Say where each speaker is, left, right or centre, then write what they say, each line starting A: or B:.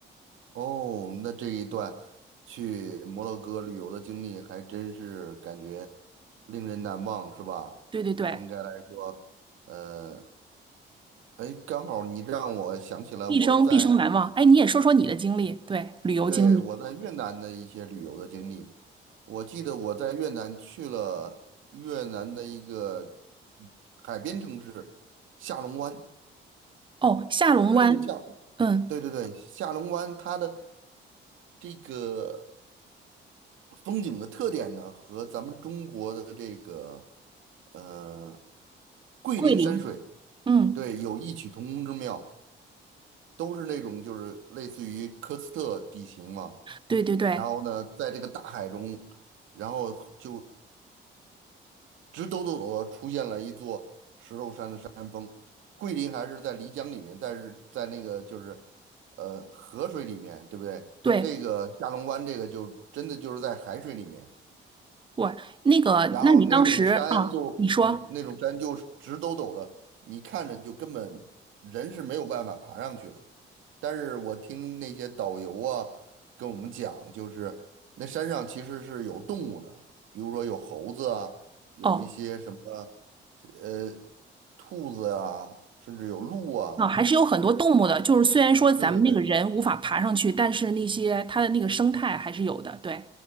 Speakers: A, on the right; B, on the right.
A: 哦，那这一段去摩洛哥旅游的经历还真是感觉令人难忘，是吧？
B: 对对对，
A: 应该来说，呃，哎，刚好你让我想起来我在。
B: 毕生毕生难忘。哎，你也说说你的经历，对，旅游经历。
A: 对，我在越南的一些旅游的经历，我记得我在越南去了越南的一个海边城市下龙湾，
B: 哦，下龙湾，
A: 它这个下，
B: 嗯，
A: 对对对，下龙湾它的这个风景的特点呢，和咱们中国的这个呃桂林山水，
B: 桂林，嗯，
A: 对，有异曲同工之妙，都是那种就是类似于科斯特地形嘛，
B: 对对对
A: 然后呢，在这个大海中。然后就直抖抖地出现了一座石头山的山。桂林还是在漓江里面，但是在那个就是呃河水里面，对不对？
B: 对，
A: 这个下龙湾这个就真的就是在海水里面，
B: 我那个，
A: 然后那种山就嗯那种山就是直抖抖的，
B: 那你当时啊，你说，
A: 你看着就根本人是没有办法爬上去的。但是我听那些导游啊跟我们讲，就是那山上其实是有动物的，比如说有猴子啊，有一些什么
B: 哦。
A: 呃兔子啊，甚至有鹿啊。
B: 啊，还是有很多动物的，就是虽然说咱们那个人无法爬上去，
A: 对对对
B: 但是那些它的那个生态还是有的。对，